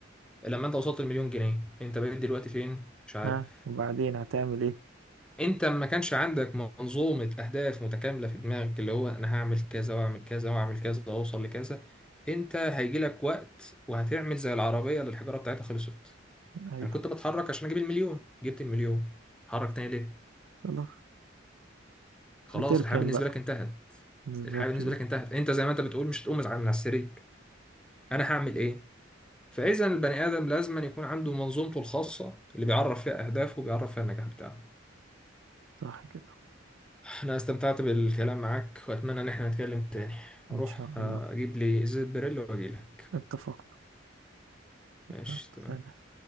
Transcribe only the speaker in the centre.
لما أنت وصلت المليون جنيه أنت بقيت دلوقتي فين؟ مش عارف
انت ما كانش عندك منظومة اهداف متكاملة في دماغك اللي هو انا هعمل كذا واعمل كذا واعمل كذا واوصل لكذا انت هيجي لك وقت وهتعمل زي العربية اللي الحجارة بتاعتها خلصت
انا كنت بتحرك عشان اجيب المليون جبت المليون اتحرك تاني ليه
خلاص
الحياة بالنسبة
لك انتهت
الحياة بالنسبة
لك انتهت انت زي ما انت بتقول مش هتقوم من على السرير انا هعمل ايه فاذا البني ادم لازم أن يكون عنده منظومته الخاصة اللي بيعرف فيها اهدافه وبيعرف فيها النجاح بتاعه
أنا استمتعت بالكلام معاك وأتمنى إن احنا نتكلم تاني أروح
آه،
أجيب لي إزازة بريل وأجيلك
ماشي
تمام